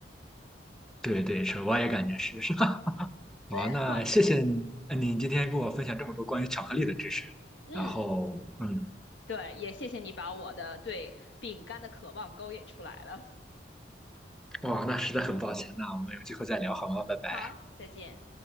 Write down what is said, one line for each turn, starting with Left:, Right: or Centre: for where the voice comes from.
Centre: 对对，是，我也感觉是是。<laughs> 好，
Left: <laughs>
Centre: 那谢谢
Left: 好，
Centre: 呃你，今天跟我分享这么多关于巧克力的知识，
Left: 嗯，
Centre: 然后嗯，
Left: 对，也谢谢你把我的对饼干的渴望勾引出来了。
Centre: 哇，那实在很抱歉，那我们有机会再聊好吗？拜拜。
Left: 好，再见。